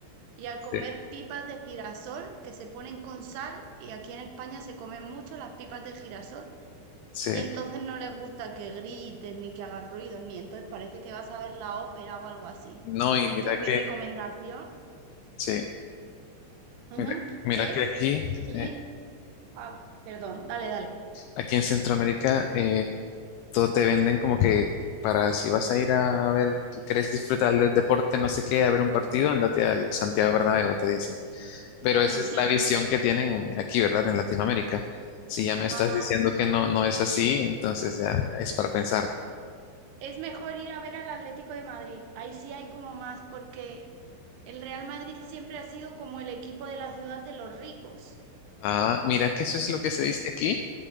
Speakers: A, on the right (about 75°); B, on the left (about 85°).
A: y a
B: Sí,
A: comer pipas de girasol que se ponen con sal. Y aquí en España se comen mucho las pipas de girasol.
B: sí.
A: Y entonces no les gusta que grites ni que hagas ruido, ni entonces parece que vas a ver la ópera o algo así.
B: No, y
A: Entonces
B: mira
A: mi
B: que,
A: recomendación,
B: sí,
A: ujú,
B: mira, mira
A: es
B: que aquí,
A: ir
B: eh,
A: a... Perdón, dale, dale.
B: aquí en Centroamérica, eh, todo te venden como que para si vas a ir a, ver, querés disfrutar del deporte, no sé qué, a ver un partido, andate al Santiago Bernabéu, te dicen. Pero
A: Ujú,
B: esa es la visión que tienen aquí, ¿verdad? En Latinoamérica. Si ya me estás
A: Ajá.
B: diciendo que no, no es así, entonces ya ya es para pensar.
A: Es mejor ir a ver al Atlético de Madrid. Ahí sí hay como más porque El Real Madrid siempre ha sido como el equipo de la ciudad de los ricos.
B: Ah, mira que eso es lo que se
A: En-
B: dice aquí.